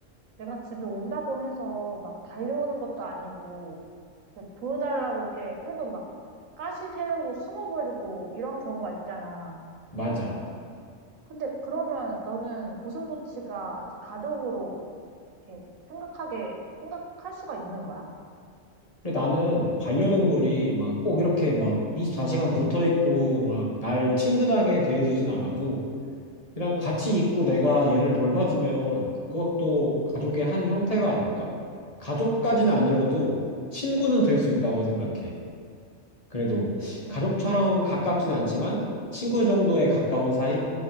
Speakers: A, on the right (about 85°); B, on the left (about 30°).
A: 내가 집에 온다고 해서 막 달려오는 것도 아니고, 이렇게 보여달라고 이렇게 해도 막 가시 세우고 숨어버리고 이런 경우가 있잖아.
B: 맞아.
A: 근데 그러면 너는 고슴도치가 이제 가족으로 이렇게 생각하게, 생각할 수가 있는 거야?
B: 근데 나는 반려동물이 막 꼭 이렇게 막 24시간 붙어 있고 막 날 친근하게 대해주진 않아도 이랑 같이 있고 내가 얘를 돌봐주면 그것도 가족의 한 형태가 아닐까? 가족까지는 아니어도 친구는 될 수 있다고 생각해. 그래도
A: 음,
B: 가족처럼 가깝진 않지만 친구 정도에 가까운 사이?